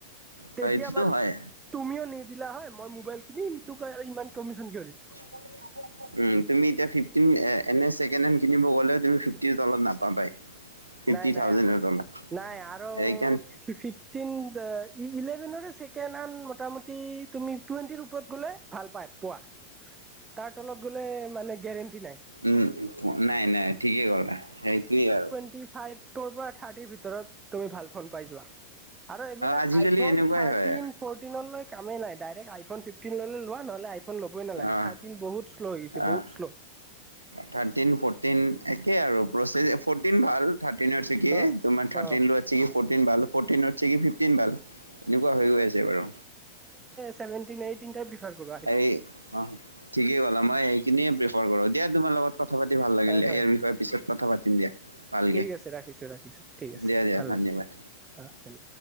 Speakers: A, on the right; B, on the right.
A: সেইটোতো
B: তেতিয়া বাৰু
A: হয়
B: তুমিও নিদিলা হয়, মই মোবাইল কিনিম, তোক আৰু ইমান কমিশন কিয় দিম।
A: <unintelligible> উম তুমি এতিয়া ফিফটিন এনে ছেকেণ্ড হেণ্ড কিনিব গ'লে তুমি ফিফটিৰ তলত নাপাবাই। ফিফটি
B: নাই নাই
A: থাউজেণ্ডৰ তলত
B: নাই আৰু
A: সেইকাৰণে
B: ফিফটিন ইলেভেন ছেকেণ্ড হেড মোটামুটি তুমি টুৱেণ্টিৰ ওপৰত গ'লে ভাল পায় পোৱা তাৰ তলত গ'লে মানে গেৰেণ্টি নাই।
A: উম নাই নাই ঠিকেই কলা সেইটোৱেই আৰু।
B: থাৰ্টি ফাইভ পৰা থাৰ্টিৰ ভিতৰত তুমি ভাল ফোন পাই যোৱা। আৰু এইবিলাক
A: আজিকালি
B: আইফোন
A: এনেকুৱাই
B: থাৰ্টন
A: হয়
B: ফৰ্তিন লৈ কামেই নাই ডাইৰেক্ট আইফোন ফিফটিন ললে লোৱা নহলে আই ফন ল'বই নালাগে
A: অঁ
B: থাৰ্তিন বহুত শ্ল' হৈ গৈছে
A: অঁ
B: বহুত শ্ল।
A: থাৰ্টিন ফৰ্টিন একে আৰু প্ৰচেছ ফ'ৰ্টিন ভাল থাৰ্টিনতছে কি
B: অ
A: তোমাৰ থাৰ্টিনত
B: অ
A: আছে কি ফ'ৰ্টিন ভাল ফ'ৰ্টিনত কি ফিফটিন ভাল। এনেকুৱা হৈ গৈ আছে বাৰু।
B: চেভেণ্টিন এই তি প্ৰিফাৰ কৰা
A: এই অ ঠিকেই ক'লা মই সেইখিনিয়ে প্ৰিফাৰ কৰো দিয়া তোমাৰ লগত কথা পাতি ভাল লাগিল
B: হয়
A: দিয়া
B: হয়
A: ইয়াৰ বিষয়ে পিছত কথা পাতিম দিয়া ভালকে
B: ঠিক আছে ৰাখিছো ৰাখিছো ঠিক আছে
A: দিয়া দিয়া
B: ভাল
A: ধন্যবাদ
B: লাগিল অ